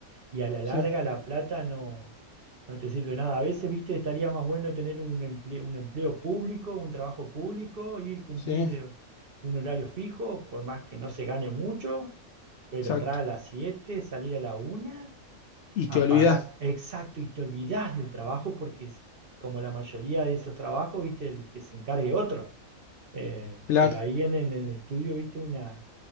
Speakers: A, on the right (about 45°); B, on the left (about 65°).
A: y a la larga
B: Sí,
A: la plata no, no te sirve nada. A veces, viste, estaría más bueno tener un empleo, un empleo público, un trabajo público, ir cumplir
B: sí,
A: eh, un horario fijo, por más que no se gane mucho, pero
B: exacto.
A: entrar a las 7 salir a la una
B: Y
A: a
B: te olvidas,
A: pagar, exacto, y te olvidás del trabajo porque es como la mayoría de esos trabajos, viste, el que se encargue otro. Eh,
B: claro.
A: pero ahí en, en el estudio, viste, una,